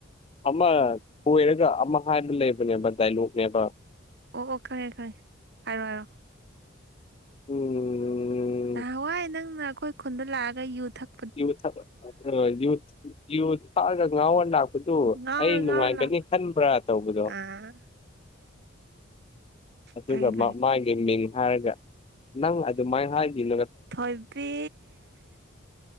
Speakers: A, on the left (about 30°); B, on the right (about 55°).
A: ꯑꯃ ꯑꯣꯏꯔꯒ ꯑꯃ ꯍꯥꯏꯕ ꯂꯩꯕꯅꯦꯕ ꯗꯥꯏꯂꯣꯛꯅꯦꯕ
B: ꯑꯣ ꯑꯣ ꯈꯪꯉꯦ ꯈꯪꯉꯦ ꯍꯥꯏꯔꯣ ꯍꯥꯏꯔꯣ
A: ꯎꯝ ꯎꯝ ꯎꯝ꯫
B: ꯅꯍꯥꯟꯋꯥꯏ ꯅꯪꯅ ꯑꯩꯈꯣꯏ ꯈꯨꯟꯗ ꯂꯥꯛꯑꯒ ꯌꯨ ꯊꯛ
A: ꯌꯨꯊ ꯌꯨꯊ ꯌꯨ ꯊꯥꯛꯑꯒ ꯉꯥꯎꯔ ꯂꯥꯛꯄꯗꯨ
B: ꯉꯥꯎꯔ
A: ꯑꯩ
B: ꯉꯥꯎꯔ
A: ꯅꯨꯡꯉꯥꯏꯒꯅꯤ
B: ꯂꯥꯛꯄ
A: ꯈꯟꯕ꯭ꯔꯥ ꯇꯧꯕꯗꯣ
B: ꯑꯥ
A: ꯑꯗꯨꯒ
B: ꯈꯪꯉꯦ ꯈꯪꯉꯦ
A: ꯃꯥꯒꯤ ꯃꯤꯡ ꯍꯥꯏꯔꯒ ꯅꯪ ꯑꯗꯨꯃꯥꯏꯅ ꯍꯥꯏꯈꯤꯅ
B: ꯊꯣꯏꯕꯤ